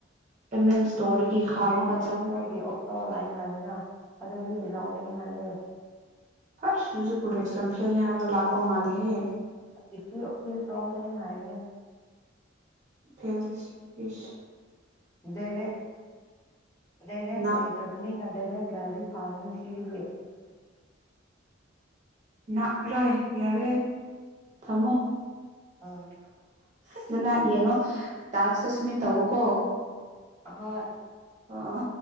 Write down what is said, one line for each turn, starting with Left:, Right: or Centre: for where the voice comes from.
Right: ꯑꯦꯝ ꯑꯦꯝ ꯏꯁꯇꯣꯔꯗꯒꯤ ꯈꯥꯝꯃꯒ
Left: ꯒꯦꯝꯣꯏꯒꯤ
Right: ꯆꯪ
Left: ꯑꯣꯛꯇꯣ ꯂꯥꯏꯟ ꯂꯥꯏꯅ ꯑꯗꯨ ꯂꯑꯣꯒꯤꯅꯤ ꯍꯥꯏꯌꯦ
Right: ꯍꯣꯏ ꯁꯖ ꯀꯁꯂꯝ ꯐꯦꯅ ꯍꯥꯔꯒ ꯂꯞꯄ ꯃꯥꯂꯦ ꯍꯦ
Left: ꯏꯁ ꯐ ꯀꯣꯝꯗꯅꯤ ꯍꯥꯏꯅꯦ
Right: ꯐꯦꯜꯇꯁꯤ ꯤꯁ
Left: ꯗꯦꯔꯦꯛ ꯗꯦꯔꯦꯛ
Right: ꯅꯥꯛ
Left: ꯂꯥꯏꯖꯝꯅꯤꯅ ꯗꯦꯔꯦꯛ ꯂꯥꯏꯗꯤ ꯐꯥꯒꯅꯤ ꯁꯤꯗꯤ
Right: ꯅꯥꯥꯛꯂꯥꯏ ꯌꯥꯔꯦ ꯊꯝꯃꯣ
Left: ꯑꯥ
Right: ꯑꯗꯨꯅ ꯌꯦꯡꯉꯣ ꯇꯥꯛꯁꯇꯣ ꯁꯃꯤ ꯇꯧꯀꯣ
Left: ꯍꯣꯏ
Right: ꯑꯥ